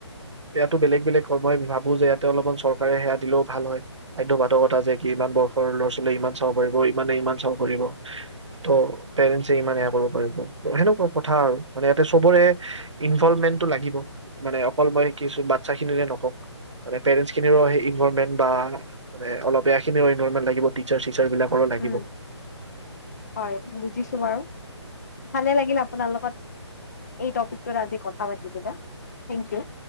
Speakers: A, on the right; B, on the left.
A: এয়াতো বেলেগ-বেলেগ হয়, মই ভাবো যে ইয়াতে অলপমান চৰকাৰে সেয়া দিলেও ভাল হয় বাধ্য বাধকতা যে কি ইমান বয়সৰ ল'ৰা ছোৱালীয়ে ইমান চাব পাৰিব ইমানে ইমান চাব পাৰিব ত পেৰেঞ্চে ইমান এয়া কৰিব পাৰিব, সেনেকুৱা। কথা আৰু মানে ইতে চবৰে ইনভলমেন্টটো লাগিব মানে অকল মই কিচু বাচ্ছা খিনিৰে নকওঁ মানে পেৰেঞ্চখিনিৰো সেয়া ইনভলমেন্ট বা অলপ এয়া খিনিৰো ইনভলমেন্ট লাগিব টিচাৰ চিচাৰ বিলাকৰো লাগিব
B: উম হয় বুজিছো বাৰু। ভালে লাগিল আপোনাৰ লগত এই টপিকটোত আজি কথা পাত কি কবা? Thank U.